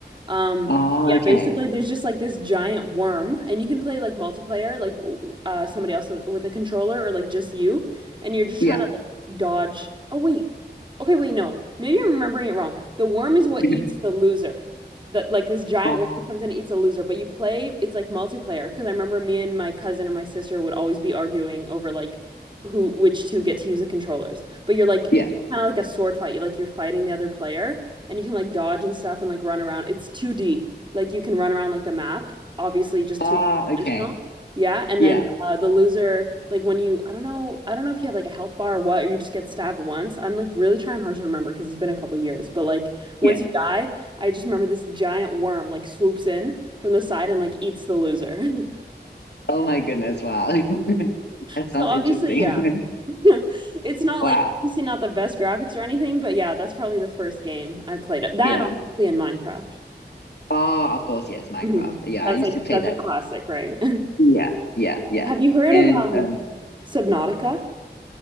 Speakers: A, on the right; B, on the left.
A: Um
B: Ah,
A: yeah,
B: okay.
A: basically there's just like this giant worm and you can play like multiplayer like w- uh somebody else with a controller or like just you and you're just
B: Yeah.
A: trying to like dodge. Oh wait. Okay, wait, no. Maybe I'm remembering it wrong. The worm is what
B: <laughs>
A: eats the loser. That like this giant
B: Ah,
A: worm comes in and eats a loser, but you play, it's like multiplayer because I remember me and my cousin and my sister would always be arguing over like who which two get to use the controllers. But you're like
B: yeah.
A: kind of like a sword fight. You like you're fighting the other player and you can like dodge and stuff and like run around. It's 2D. Like you can run around like the map, obviously just
B: Ah,
A: two
B: okay.
A: dimensional. Yeah, and
B: Yeah.
A: then uh, the loser, like when you, I don't know, I don't know if you have like a health bar or what, or you just get stabbed once. I'm like really trying hard to remember because it's been a couple years, but like once
B: Yeah.
A: you die, I just remember this giant worm like swoops in from the side and like eats the loser. <laughs>
B: Oh my goodness, wow. <laughs> That
A: So
B: sounds
A: obviously,
B: interesting.
A: yeah,
B: <laughs>
A: <laughs> it's not
B: Wow.
A: like obviously not the best graphics or anything, but yeah, that's probably the first game I played. That and
B: Yeah.
A: obviously in Minecraft.
B: Ah, of course, yes, Minecraft.
A: Mhm.
B: Yeah,
A: That's
B: I used
A: like
B: to play
A: that's
B: that.
A: a classic, right?
B: Yeah. Yeah,
A: <laughs>
B: yeah.
A: Have you heard
B: And
A: of um
B: um
A: Subnautica?